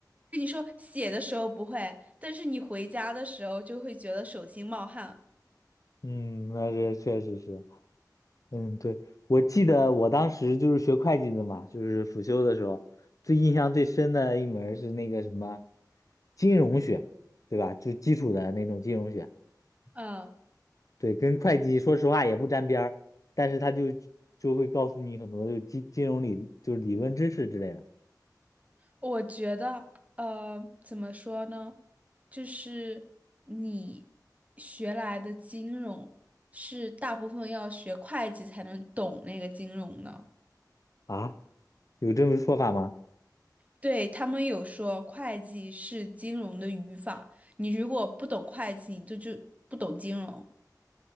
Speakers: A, on the right; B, on the left.
A: 跟你说写的时候不会，但是你回家的时候就会觉得手心冒汗。
B: 嗯，那这确实是。嗯，对，我记得我当时就是学会计的嘛，就是辅修的时候，最印象最深的一门儿是那个什么金融学，对吧？就基础的那种金融学，
A: 嗯，
B: 对，跟会计说实话也不沾边儿，但是他就就会告诉你很多就是金金融理就是理论知识之类的
A: 我觉得，呃，怎么说呢？就是你学来的金融是大部分要学会计才能懂那个金融的。
B: 啊，有这种说法吗？
A: 对，他们有说会计是金融的语法，你如果不懂会计，你就就不懂金融。